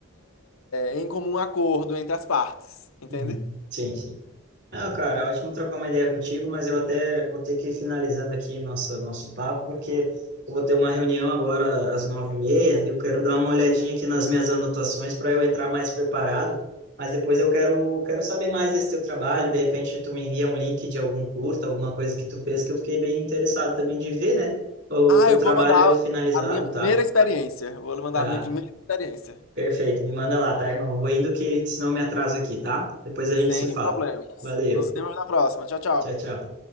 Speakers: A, on the left (about 80°); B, on the right (about 55°).
A: em comum acordo entre as partes, entende?
B: Uhum. Sim, sim. Ah, cara, é ótimo trocar uma ideia contigo, mas eu até vou ter que ir finalizando aqui nossa, nosso papo, porque eu vou ter uma reunião agora às nove e meia e eu quero dar uma olhadinha aqui nas minhas anotações para eu entrar mais preparado, mas depois eu quero, quero saber mais desse teu trabalho, de repente tu me envia um link de algum curso, alguma coisa que tu fez, que eu fiquei bem interessado também de ver, né? O
A: Ah,
B: teu
A: eu
B: trabalho
A: vou mandar
B: finalizado,
A: a minha primeira
B: tá?
A: experiência. Vou mandar
B: Tá.
A: a minha primeira experiência.
B: Perfeito, me manda lá, tá, irmão? Vou indo que senão eu me atraso aqui, tá? Depois a gente
A: Sem
B: se fala.
A: problemas.
B: Valeu,
A: Nos vemos na próxima. Tchau, tchau.
B: tchau, tchau.